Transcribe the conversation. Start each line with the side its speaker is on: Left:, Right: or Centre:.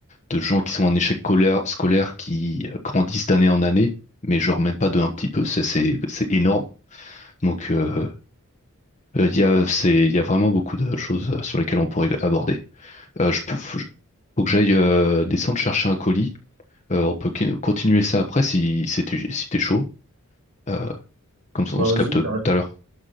Left: de gens qui sont en échec scolaire, scolaire qui euh, grandissent d'année en année, mais genre même pas de un petit peu, c'est c'est- c'est énorme. Donc, euh, Euh, Il y a, c'est, il y a vraiment beaucoup de choses euh, sur lesquelles on pourrait aborder. Euh, je peux, faut, faut que j'aille euh, descendre chercher un colis. Euh, on peut qui- continuer ça après si, si t'es, si t'es chaud. Euh, comme ça,
Right: Bah,
Left: on se
Right: vas-y,
Left: capte
Right: carrément.
Left: tout à l'heure.